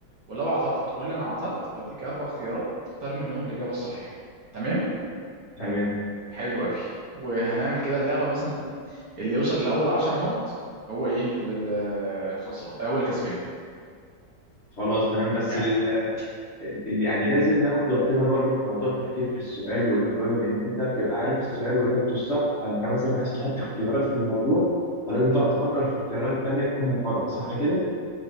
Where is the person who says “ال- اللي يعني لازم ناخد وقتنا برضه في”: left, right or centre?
Left